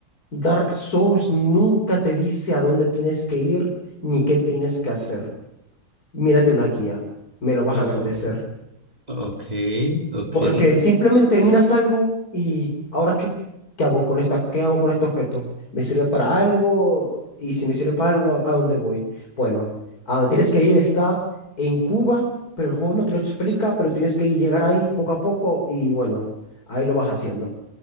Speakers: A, on the left; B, on the right.
A: Dark Souls nunca te dice a dónde tienes que ir ni qué tienes que hacer. Mírate una guía, me lo vas
B: Oh,
A: a agradecer.
B: ok, ok.
A: Porque simplemente terminas algo y ¿ahora qué? ¿Qué hago con esta? ¿Qué hago con este objeto? ¿Me sirve para algo? Y si me sirve para algo, ¿a a dónde voy? Bueno, a donde tienes que ir está en Cuba, pero el juego no te lo explica, pero tienes que ir- llegar ahí poco a poco y bueno, ahí lo vas haciendo.